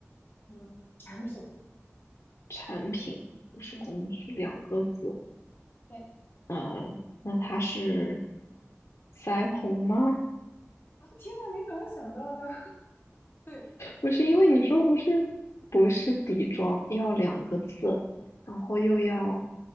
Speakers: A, on the left (about 45°); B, on the left (about 90°).
A: 嗯，产品，
B: 产品不是工具，
A: 嗯，
B: 两个字，
A: 对。
B: 呃，那它是腮红吗？
A: 啊，天呐，你怎么想到的？<laughs> 对，
B: 不是因为你说不是不是底妆要两个字，然后又要